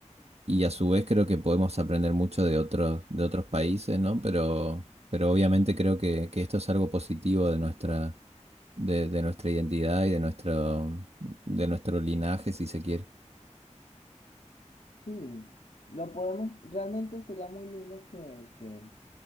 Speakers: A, on the right; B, on the left.
A: Y a su vez creo que podemos aprender mucho de otros, de otros países, ¿no? Pero, pero obviamente creo que, que esto es algo positivo de nuestra, de, de nuestra identidad y de nuestro, de nuestro linaje, si se quiere.
B: Sí, lo podemos, realmente sería muy lindo que, que